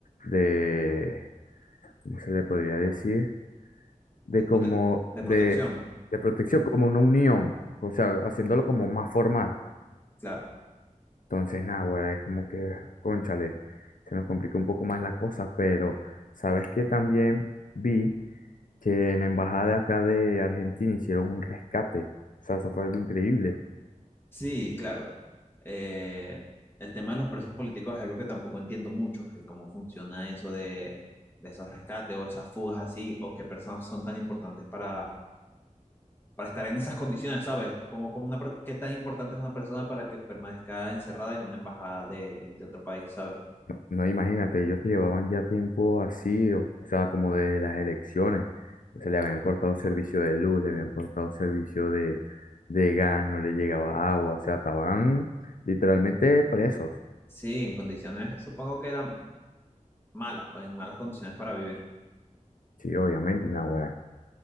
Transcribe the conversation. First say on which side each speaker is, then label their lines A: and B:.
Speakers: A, on the left (about 85°); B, on the left (about 15°).
A: de, ¿cómo se le podría decir? De
B: de prote-
A: como,
B: de
A: de,
B: protección,
A: de protección, como una unión, o sea, haciéndolo como más formal.
B: claro.
A: Entonces, nada, ahora es como que, cónchale, se nos complica un poco más la cosa, pero sabes que también vi que en la embajada acá de Argentina hicieron un rescate. O sea, eso fue algo increíble.
B: Sí, claro. Eh, el tema de los presos políticos es algo que tampoco entiendo mucho, el cómo funciona eso de, de esos rescates o esas fugas así, o qué personas son tan importantes para, para estar en esas condiciones, ¿sabes? Como, como una, per- qué tan importante es una persona para que permanezca encerrada en una embajada de, de otro país, ¿sabes?
A: No, no, imagínate, ellos te llevaban ya tiempo así, o, o sea, como de las elecciones. O sea, le habían cortado servicio de luz, le habían cortado servicio de, de gas, no le llegaba agua, o sea, estaban literalmente presos.
B: Sí, en condiciones, supongo que eran malas, pues, en malas condiciones para vivir.
A: Sí, obviamente, Inaugurán.